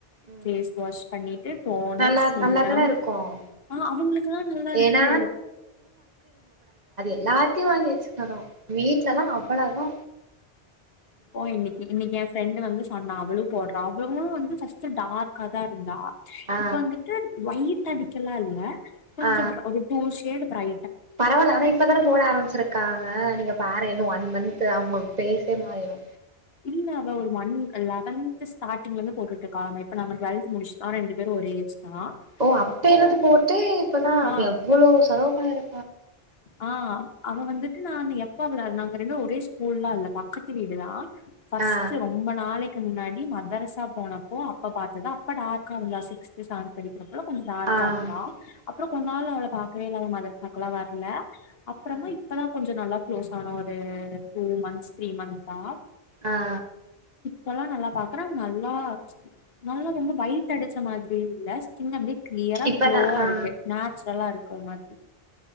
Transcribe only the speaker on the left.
பேஸ் வாஷ் பண்ணிட்டு டோனர்
சீரம்
ஆ அவுங்குளுக்குலா நல்லாருக்கு
ஓ இன்னைக்கு இன்னைக்கு ஏ ஃபிரெண்டு வந்து சொன்னா அவளவு போட்றா வ அவளு வந்து ஃபஸ்ட்டு டார்க்காதா இருந்தா
இப்ப வந்துட்டு ஒய்யிட் அடிக்கலா இல்ல கொஞ்சம்
ரா ஒரு டூ ஷேடு ட்ரை
இல்ல அவ ஒரு மண் லவன்த்து ஸ்டாடிங்ல இருந்து போட்டுட்ருக்காங்க எப்ப நாங்க டுவெல்த்து முடிஸ்டோ ரெண்டு பேரு ஒரே ஏஜ் தா
அப்போ
ஆ
ஆ அவ வந்து கு நானு எப்ப அவுள நாங்க ரெண்டு ஒரே ஸ்கூலா அந்த பக்கத்து வீடுதா ஃபஸ்ட்டு
ரொம்ப நாளை கு முன்னாடி மதரஸ்ஸா போனப்போ அப்ப பாத்துதா அப்ப டார்க்கா இருந்தா சிக்ஸ்த்து சவன்த் படிக்கிற பள கொஞ்ச டார்க்கா
இருந்தா அப்புறோ
கொன் நாள் அவள பா கேல் அவ மதர்சா குலவார் இல்ல அப்றமா
இப்பதா கொஞ்ச நல்லா க்ளோஸ் ஆனோ ஒரு டூ மந்த்ஸ் த்ரீ மந்த் தா
போலா நல்லா பாக்குற அவ்ங்க அல்லா நல்லா ரொம்ப வயிட் அடிச்ச மாத்ரி இல்ல ஸ்கின் அப்டே க்ளியரா
க்ளோவா
இருக்கு நேச்ரலா இருக்கு ஒரு மாத்ரி